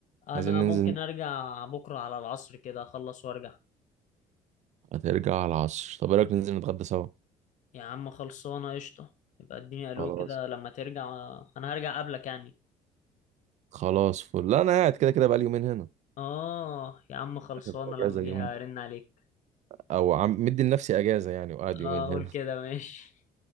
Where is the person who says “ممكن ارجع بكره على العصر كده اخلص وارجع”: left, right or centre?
Left